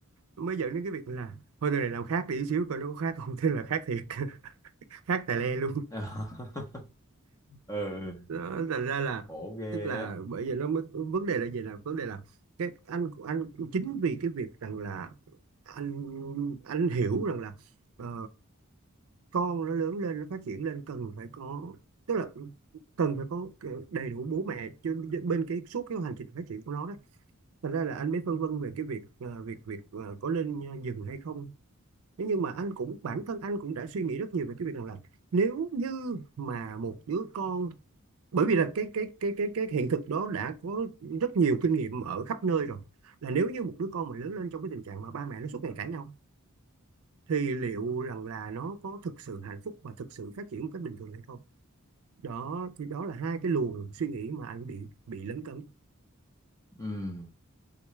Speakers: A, on the right; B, on the left.
A: mới dẫn đến cái việc là thôi đời này làm khác đi xíu coi nó có khác không thế là khác thiệt <laughs> khác tài le luôn
B: <laughs> ừ
A: đó, thành ra là
B: khổ ghê
A: tức là
B: á
A: bởi vì nó mới- vấn đề là gì là vấn đề là cái anh anh chính vì cái việc rằng là anh anh hiểu rằng là ờ, con nó lớn lên nó phát triển lên cần phải có tức là cần phải có cái đầy đủ bố mẹ chứ bên cái suốt cái hành trình phát triển của nó đó thành ra là anh mới phân vân về cái việc ờ, việc việc ờ, có nên dừng hay không thế nhưng mà anh cũng bản thân anh cũng đã suy nghĩ rất nhiều về cái việc rằng là nếu như mà một đứa con bởi vì là cái cái cái cái cái hiện thực đó đã có rất nhiều kinh nghiệm ở khắp nơi rồi là nếu như một đứa con mà lớn lên trong cái tình trạng mà ba mẹ nó suốt ngày cãi nhau thì liệu rằng là nó có thực sự hạnh phúc và thực sự phát triển một cách bình thường hay không đó thì đó là hai cái luồng suy nghĩ mà anh bị bị lấn cấn
B: ừ